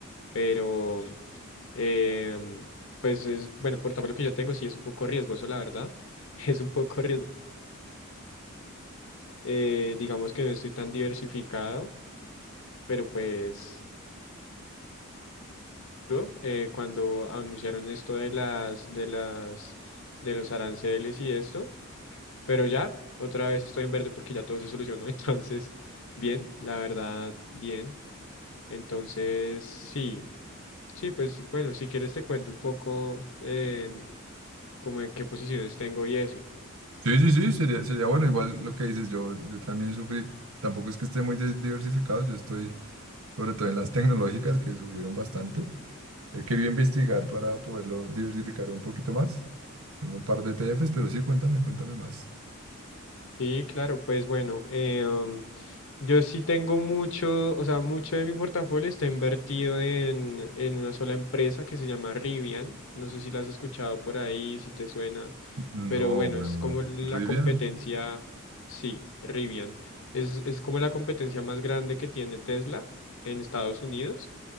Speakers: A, on the left; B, on the right.
A: pero, em, pues es, bueno, el portafolio que yo tengo sí es un poco riesgoso, la verdad, <laughs> es un poco riesgoso. Eh, digamos que no estoy tan diversificado, pero pues... ¿no? eh, cuando anunciaron esto de las, de las, de los aranceles y esto, pero ya otra vez estoy en verde porque ya todo se solucionó, <laughs> entonces, bien, la verdad, bien. Entonces, sí, sí, pues bueno, si quieres te cuento un poco eh, como en qué posiciones tengo y eso.
B: Sí, sí, sí, sería, sería bueno. Igual lo que dices, yo, yo también sufrí, tampoco es que esté muy des- diversificado, yo estoy sobre todo en las tecnológicas que sufrieron bastante. He querido investigar para poderlo diversificar un poquito más. Tengo un par de E T ETFs, pero sí, cuéntame, cuéntame más.
A: Sí, claro, pues bueno, eh, um, yo sí tengo mucho, o sea, mucho de mi portafolio está invertido en, en una sola empresa que se llama Rivian. No sé si la has escuchado por ahí, si te suena,
B: No,
A: pero bueno,
B: weón.
A: es como la
B: Rivian,
A: competencia, sí, Rivian. Es, es como la competencia más grande que tiene Tesla en Estados Unidos